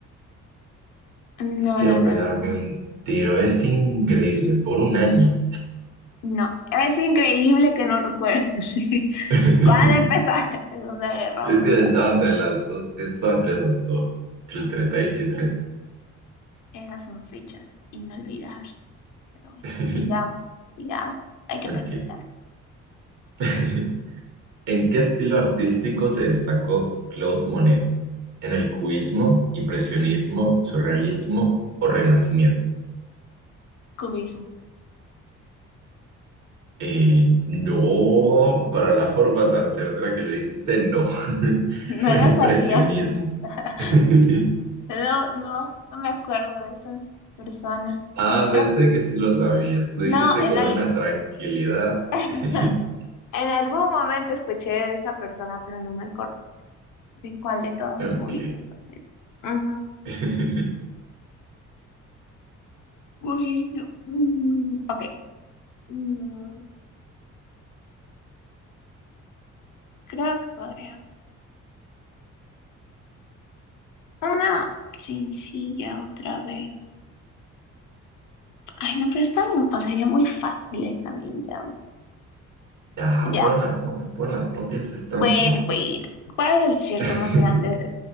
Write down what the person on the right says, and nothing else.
Quiero
pegarme
un tiro. Es increíble. Por un año.
<laughs>
Es
que estaba entre las dos, estaba entre las dos, entre el 38 y
39.
<laughs>
Ok.
<laughs> ¿En qué estilo artístico se destacó Claude Monet? ¿En el cubismo, impresionismo, surrealismo o renacimiento?
Eh, no, para la forma
tan certera que lo dijiste, no. <laughs>
Era
impresionismo.
<laughs>
Ah,
pensé que sí lo sabías. Lo
dijiste
con
una tranquilidad.
<laughs>
Ok.
<laughs>
Ya,
ponla, ponla, ponla, no pienses tanto.
<laughs>